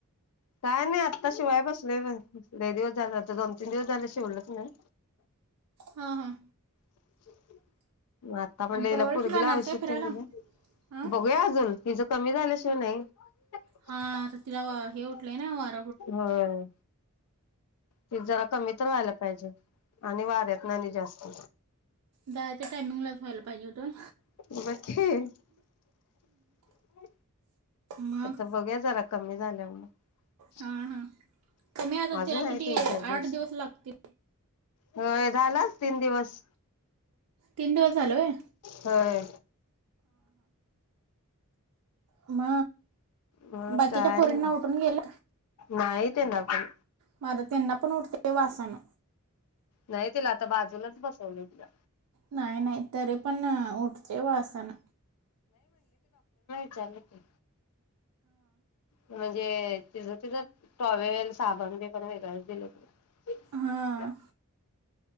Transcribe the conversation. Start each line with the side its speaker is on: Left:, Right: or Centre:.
Left: काय नाय आत ता शिवाय बसले व्हय लय दिवस झालं आता दोन तीन दिवस झाले शिवलंच नाय.
Right: हां हां
Left: <inaudible> म आता म्हणलं
Right: आणि
Left: हिला
Right: परवा दिवशी
Left: पोरगीला
Right: जाणारच
Left: आवश्यक
Right: आहे फिरायला
Left: त्यां तला
Right: हां
Left: बघूया अजून तिझ कमी झाल्याशिवाय नाही. <unintelligible>
Right: हां आता तिला <unintelligible>
Left: होय. ते जरा कमी तर व्हायला पाहिजे आणि वाऱ्यातन आणि जास्त
Right: जायच्या टायमिंगलाच व्हायला पाहिजे होतं
Left: <unintelligible>
Right: मग
Left: आता बघूया जरा कमी झाल्यावर मग
Right: हां हां कमी आता
Left: अजून
Right: त्याला
Left: आहे
Right: किती
Left: तीन चार दिवस.
Right: आठ लागतील
Left: होय झालं. तीन दिवस
Right: तीन दिवस झालं व्हय
Left: होय.
Right: म
Left: मग
Right: बाकीच्या
Left: काय
Right: पोरींना
Left: नाही
Right: उठून गेल,
Left: नाही त्यांना पण
Right: मग त्यांना पण उठते वासान.
Left: नाही तिला आता बाजूलाच बसवली तिला
Right: नाही नाही तरी पण उठते वासान.
Left: झालं कि. म्हणजे तिचं तिचं टॉवेल साबण बीब पण वेगळंच दिलेय.
Right: हां